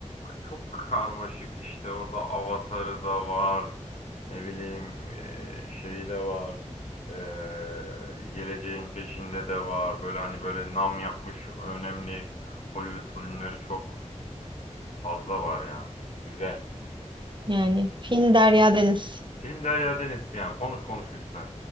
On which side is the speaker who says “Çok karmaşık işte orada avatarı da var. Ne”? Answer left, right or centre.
Left